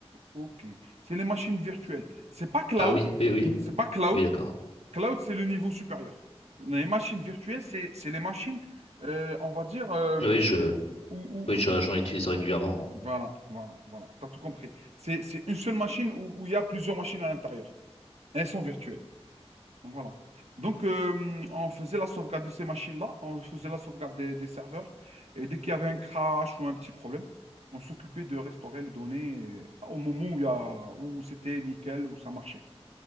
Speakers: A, on the right; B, on the left.
A: Ok. C'est les machines virtuelles. C'est pas cloud.
B: Ah oui, oui, oui,
A: C'est pas cloud.
B: oui, d'accord.
A: Cloud, c'est le niveau supérieur. Les machines virtuelles, c'est c'est les machines, euh, on va dire, euh,
B: Oui,
A: où,
B: je,
A: où-
B: oui, je- j'en
A: où-
B: utilise régulièrement.
A: Voilà, voilà, voilà. Tu as tout compris. C'est c'est une seule machine où où il y a plusieurs machines à l'intérieur. Elles sont virtuelles. Voilà. Donc, euh, on faisait la sauvegarde de ces machines-là, on faisait la sauvegarde des, des serveurs, et dès qu'il y avait un crash ou un petit problème, on s'occupait de restaurer les données euh, au moment où, il y a- où c'était nickel, où ça marchait.